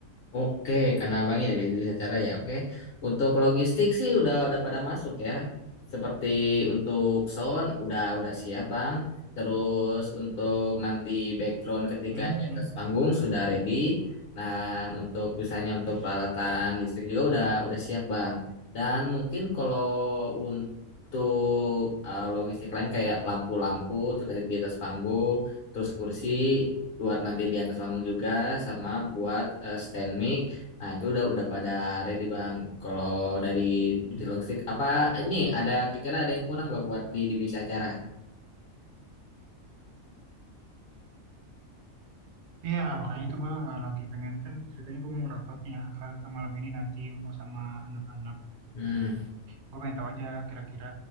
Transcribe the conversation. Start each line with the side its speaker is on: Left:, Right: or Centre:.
Left: Oke, karena Abang ini bisa cara ya. Oke, untuk logistik sih udah udah pada masuk ya. Seperti untuk sound udah udah siap Bang. Terus untuk nanti background ketika
Right: Mhm.
Left: di atas panggung sudah ready. Dan untuk misalnya untuk peralatan listrik juga udah udah siap Bang. Dan mungkin kalau untuk eh, logistik lain kayak lampu-lampu untuk tadi di atas panggung, terus kursi buat nanti di atas panggung juga sama buat eh, stand mic. Nah, itu udah udah pada ready, Bang. Kalau dari divisi logistik apa ini ada kira-kira ada yang kurang Bang buat di divisi acara?
Right: Iya, makanya itu gue lagi pengen kan ceritanya gue mau rapat nih ya hal- malam ini nanti gua sama anak-anak.
Left: Hmm.
Right: Gue pengen tahu aja kira-kira